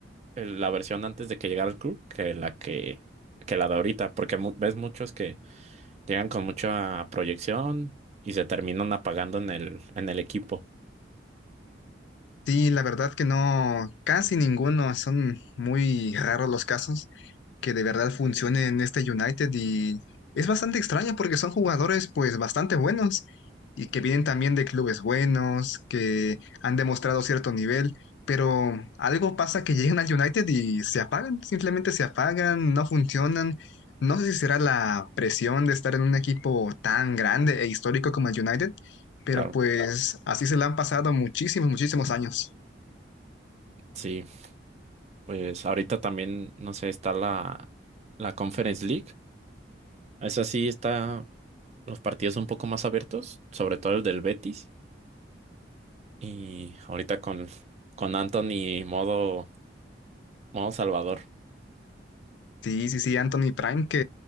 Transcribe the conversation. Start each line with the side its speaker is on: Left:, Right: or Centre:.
Right: el- la versión antes de que llegara al club que la que, que la de ahorita, porque mu- ves muchos que llegan con mucha proyección y se terminan apagando en el, en el equipo.
Left: Sí, la verdad que no, casi ninguno, son muy raros los casos. que de verdad funcione en este United y es bastante extraño porque son jugadores pues bastante buenos y que vienen también de clubes buenos, que han demostrado cierto nivel, pero algo pasa que llegan al United y se apagan, simplemente se apagan, no funcionan. No sé si será la presión de estar en un equipo tan grande e histórico como el United, pero
Right: Claro,
Left: pues así se la han pasado muchísimos, muchísimos años.
Right: sí, pues ahorita también, no sé, está la, la Conference League. Esa sí está. los partidos un poco más abiertos, sobre todo el del Betis. Y ahorita con, con Anthony modo, modo Salvador.
Left: Sí, sí, sí, Anthony Prime, que